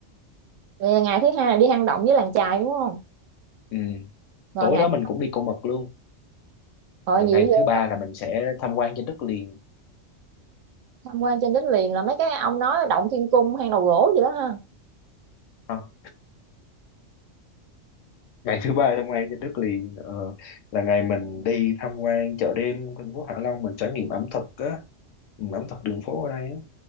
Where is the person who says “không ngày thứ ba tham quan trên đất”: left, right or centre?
Left